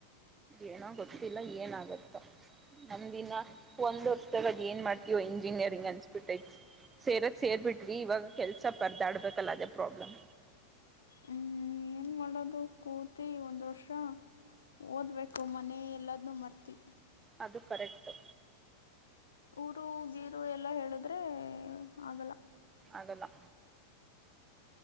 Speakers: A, on the right; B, on the left.
A: ಏನೋ ಗೊತ್ತಿಲ್ಲಾ ಏನಾಗತ್ತೋ ನಮ್ಮ್ದಿನಾ ಒಂದ್ ವರ್ಷದಾಗ ಅದೆನ್ ಮಾಡ್ತೀವೋ ಇಂಜಿನಿಯರಿಂಗ್ ಅನ್ಸ್ಬಿಟ್ಟೈತಿ ಸೇರದ್ ಸೇರ್ಬಿಟ್ವಿ ಇವಾಗ ಕೆಲಸ ಪರ್ದಾಡ್ಬೇಕಲ್ಲ ಅದೇ ಪ್ರಾಬ್ಲಮ್
B: ಹ್ಮ್ ಏನ್ ಮಾಡೋದು ಕೂತಿ ಒಂದ್ ವರ್ಷಾ ಓದ್ಬೇಕು ಮನೆ ಎಲ್ಲದ್ನೂ ಮರ್ತಿ
A: ಅದು ಕರೆಕ್ಟು
B: ಊರು ಗೀರೂ ಎಲ್ಲಾ ಹೇಳಿದ್ರೆ ಆಗಲ್ಲಾ
A: ಆಗಲ್ಲಾ.